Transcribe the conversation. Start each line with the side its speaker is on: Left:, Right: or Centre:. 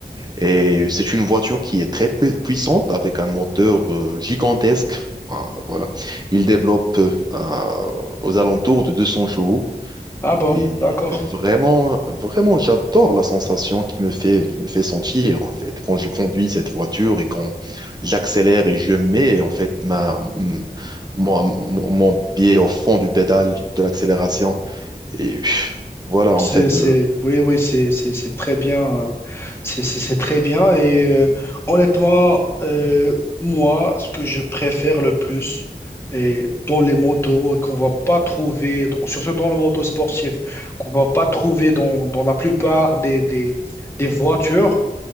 Right: Et c'est une voiture qui est très pui- puissante avec un moteur euh, gigantesque. Ah, Voilà. Il développe euh, à- aux alentours de 200 chevaux.
Left: Ah bon,
Right: Et
Left: d'accord.
Right: vraiment, vraiment, j'adore la sensation qui me fait, qui me fait sentir, en fait, quand je conduis cette voiture et quand j'accélère et je mets, en fait, ma, m- mon, mon- mon pied au fond du pédale de l'accélération. Et pff, voilà, en
Left: C'est,
Right: fait,
Left: c'est,
Right: euh,
Left: oui, oui, c'est, c'est, c'est très bien. euh, C'est, c'est, c'est très bien. Et euh, honnêtement, euh, moi, ce que je préfère le plus et dans les motos et qu'on va pas trouver, surtout dans le moto sportif, qu'on va pas trouver dans, dans la plupart des, des, des voitures,